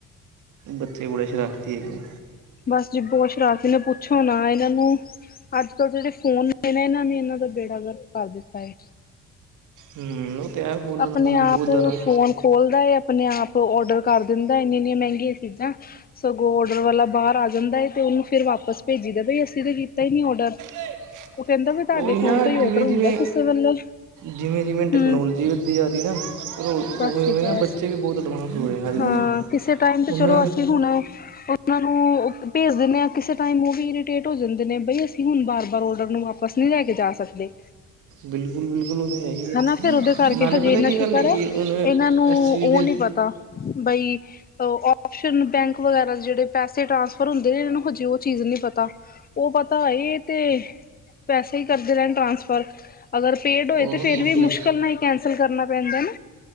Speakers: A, on the right; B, on the left.
A: ਬੱਚੇ ਬੜੇ ਸ਼ਰਾਰਤੀ ਹੈਗੇ।
B: ਬਸ ਜੀ ਬੋ ਸ਼ਰਾਰਤੀ ਨੇ ਪੁੱਛੋ ਨਾ ਏਨਾਂ ਨੂੰ ਅੱਜ ਕਲ ਜੇੜ੍ਹੇ ਫੋਨ ਨੇ ਨਾ ਏਨਾਂ ਨੇ ਇੰਨਾ ਦਾ ਬੇੜਾ ਗਰਕ ਕਰ ਦਿੱਤਾ ਏ।
A: ਹੂੰ ਉਹ ਤੇ ਹੈ ਫੋਨਾਂ
B: ਆਪਣੇ
A: ਨਾਲ ਬਹੁਤ
B: ਆਪ
A: ਜ਼ਿਆਦਾ
B: ਫੋਨ ਖੋਲਦਾ ਏ ਆਪਣੇ ਆਪ ਔਡਰ ਕਰ ਦਿੰਦਾ ਇੰਨੀਆਂ-ਇੰਨੀਆਂ ਮਹਿੰਗੀਆਂ ਚੀਜ਼ਾਂ ਸਗੋਂ ਔਡਰ ਵਾਲਾ ਬਾਰ ਆ ਜਾਂਦਾ ਏ ਤੇ ਓਨੂੰ ਫੇਰ ਵਾਪਸ ਭੇਜੀ ਦਾ ਬਈ ਅਸੀਂ ਤਾਂ ਕੀਤਾ ਈ ਨੀ ਔਡਰ।
A: <unintelligible>
B: ਉਹ ਕਹਿੰਦਾ ਵੀ ਤੁਹਾਡੇ
A: ਓਹੀ
B: ਫੋਨ
A: ਨਾ
B: ਤੋਂ ਹੀ
A: ਜਿਵੇਂ-ਜਿਵੇਂ,
B: ਔਡਰ ਹੁੰਦਾ ਕਿਸੇ ਵੇਲੇ
A: ਜਿਵੇਂ-ਜਿਵੇਂ ਟ
B: ਹਮ
A: ਕਨੋਲੋਜੀ ਵਦੀ ਜਾ ਰੀ ਨਾ ਫਿਰ ਉ
B: ਬਸ
A: ਉਵੇਂ
B: ਜੀ ਬਸ
A: ਨਾ ਬੱਚੇ ਵੀ ਬੋਤ ਐਡਵਾਂਸ ਹੋ ਰਹੇ ਅੱਜ
B: ਹਾਂ
A: ਕੱਲ੍ਹ
B: ਕਿਸੇ ਟਾਈਮ ਤੇ
A: ਹੁਣ
B: ਚਲੋ ਅਸੀਂ ਹੁਣ ਓਨਾਂ ਨੂੰ ਓ ਭੇਜ ਦਿੰਨੇ ਆ ਕਿਸੇ ਟਾਈਮ ਓ ਵੀ ਇਰੀਟੇਟ ਹੋ ਜਾਂਦੇ ਨੇ ਬਈ ਅਸੀਂ ਹੁਣ ਬਾਰ-ਬਾਰ ਔਡਰ ਨੂੰ ਵਾਪਸ ਨੂੰ ਲੈ ਕੇ ਜਾ ਸਕਦੇ।
A: ਬਿਲਕੁਲ-ਬਿਲਕੁਲ ਓ ਤੇ ਹੈ ਈ ਏ
B: ਹਨਾ ਫੇਰ ਉਹਦੇ ਕਰਕੇ
A: ਨਾਲੇ
B: ਹਜੇ
A: ਪਤਾ
B: ਇੰਨਾ
A: ਕੀ
B: ਸ਼ੁਕਰ
A: ਗੱਲ ਹੈਗੀ
B: ਹੈ
A: ਹੁਣ
B: ਇਹਨਾਂ ਨੂੰ
A: ਇਸ ਚੀਜ਼
B: ਉਹ
A: ਦੇ
B: ਨੀ ਪਤਾ ਬਈ ਓ ਓਸਨ ਬੈਂਕ ਵਗੈਰਾ ਜੇੜ੍ਹੇ ਪੈਸੇ ਟ੍ਰਾਂਸਫਰ ਹੁੰਦੇ ਨੇ ਏਨਾਂ ਨੂੰ ਹਜੇ ਓ ਚੀਜ਼ ਨੀ ਪਤਾ ਓ ਪਤਾ ਏ ਤੇ ਪੈਸੇ ਈ ਕਰਦੇ ਰੇਨ ਟ੍ਰਾਂਸਫਰ ਅਗਰ ਪੇਡ ਹੋਏ
A: ਉਹ
B: ਤਾਂ ਫਿਰ
A: ਬਿਲਕੁਲ
B: ਵੀ ਮੁਸ਼ਕਿਲ ਨਾਲ ਈ ਕੈਂਸਲ ਕਰਨਾ ਪੈਂਦਾ ਨਾ